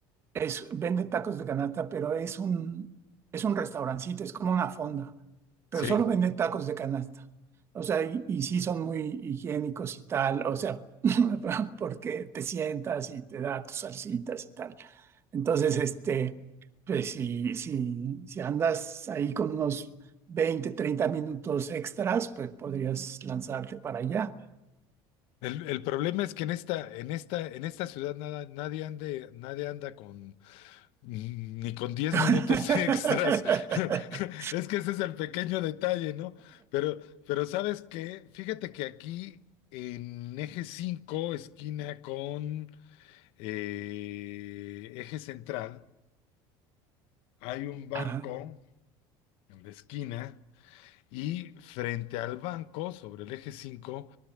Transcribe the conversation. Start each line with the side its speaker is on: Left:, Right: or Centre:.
Right: es, vende tacos de canasta, pero es un, es un restaurancito, es como una fonda, pero
Left: sí.
Right: solo vende tacos de canasta. O sea, y, y sí son muy higiénicos y tal, o sea, <laughs> porque te sientas y te da tus salsitas y tal. Entonces, este, pues si, si, si andas ahí con unos veinte treinta minutos extras, pues podrías lanzarte para allá.
Left: El, el problema es que en esta, en esta, en esta ciudad nada, nadie ande, nadie anda con Ni con 10
Right: <laughs>
Left: minutos extras. <laughs> Es que ese es el pequeño detalle, ¿no? Pero, pero ¿sabes qué? Fíjate que aquí en eje 5 esquina con eh, eje central, hay un banco
Right: Ajá,
Left: en la esquina y frente al banco, sobre el eje 5